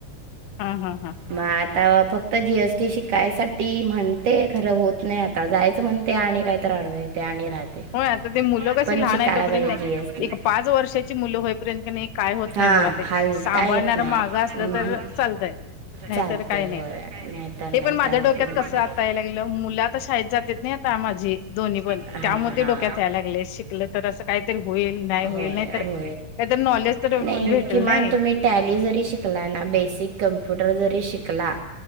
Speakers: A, on the left; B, on the right.
A: हा हा हा.
B: मग आता फक्त जीएसटी शिकायसाठी म्हणते खरं होत नाही आता आता जायचं म्हणते आणि काय तर आडवं येतंय आणि राहत
A: होय आता ते मुलं कशी
B: पण
A: लहान
B: शिकायची
A: आहे तोपर्यंत
B: ये
A: नाही
B: जी एस टी.
A: एक पाच वर्षाची मुलं होईपर्यंत की नाही काय होत
B: हा
A: नाही बघा ते
B: हालता
A: सांभाळणारा
B: येत नाही
A: मागं असलं
B: अह.
A: तर चालतंय नाहीतर
B: चालते
A: काय नाही
B: होय नाही तर नाही
A: ते पण माझ्या
B: काय उपयोग
A: डोक्यात
B: नाही.
A: कसं आता यायला लागलं मुलं आता शाळेत जातेत नाही आता माझी दोन्ही पण
B: हा,
A: त्यामुळे
B: हा.
A: डोक्यात यायायला लागलय शिकलं तर असं काहीतरी होईल नाही होईल
B: होय,
A: नाही तर काहीतरी
B: होय.
A: नॉलेज तर
B: नाही
A: भेटल
B: किमान
A: नाही.
B: तुम्ही टॅली जरी शिकला ना बेसिक कम्प्युटर जरी शिकला